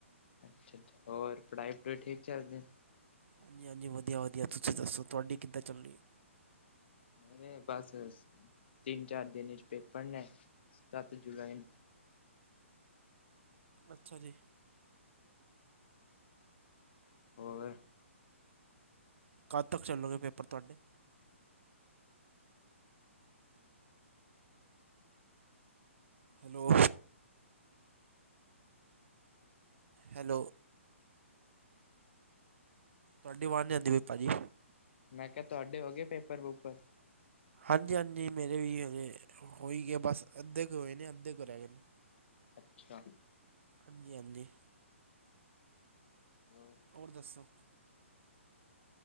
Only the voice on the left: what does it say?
ਅੱਛਾ, ਅੱਛਾ ਹੋਰ ਪੜ੍ਹਾਈ ਪੜੂਈ ਠੀਕ ਚੱਲਦੀ।
ਨਹੀਂ ਬਸ ਤਿੰਨ ਚਾਰ ਦਿਨ ਚ ਪੇਪਰ ਨੇ ਸੱਤ ਜੁਲਾਈ ਨੂੰ।
ਹੋਰ
ਮੈਂ ਕਿਹਾ ਤੁਹਾਡੇ ਹੋ ਗਏ ਪੇਪਰ ਪੁਪਰ।
ਅੱਛਾ।
<unintelligible>